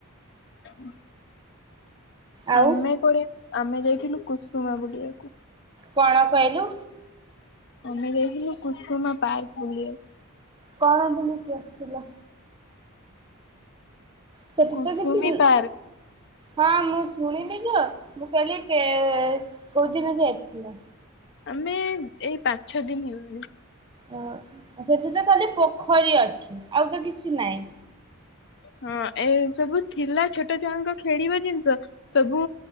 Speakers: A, on the left (about 50°); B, on the right (about 20°).
A: ହଁ
B: ଆଉ
A: ଆମେ କୁଆଡେ ଆମେ ଯାଇଥିଲୁ କୁସୁମା ବୋଲିବାକୁ।
B: କଣ କହିଲୁ?
A: ଆମେ ଯାଇଥିଲୁ କୁସୁମା ପାର୍କ ବୁଲିବାକୁ।
B: କଣ ବୁଲିକି ଆସିଲ। ସେଠି
A: କୁସୁମୀ
B: ତ କିଛି
A: ପାର୍କ
B: ହଁ ମୁଁ ଶୁଣିଲି ଯେ। ମୁଁ କହିଲି କେ କୋଉଦିନ ଯାଇଥିଲ।
A: ଆମେ ଏଇ ପାଞ୍ଚ ଛଅ ଦିନ ହେଇଗଲାଣି।
B: ହଁ। ସେଠି ତ ଖାଲି ପୋଖରୀ ଅଛି ଆଉ ତ କି କିଛି ନାଇଁ।
A: ହଁ ଏ ସବୁ ଥିଲା ଛୋଟ ଛୁଆଙ୍କ ଖେଳିବା ଜିନିଷ ସବୁ